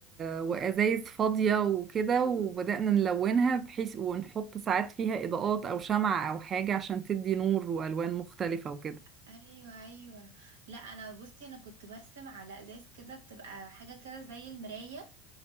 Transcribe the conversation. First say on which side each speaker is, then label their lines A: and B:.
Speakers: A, on the right; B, on the right.
A: وازايز فاضيه وكده وبدانا نلونها بحيث ونحط ساعات فيها اضاءات او شمعة او حاجه عشان تدي نور والوان مختلفه وكده
B: ايوه ايوه لا انا بصي انا كنت برسم على ازاز كده بتبقى حاجه كده زي المرايه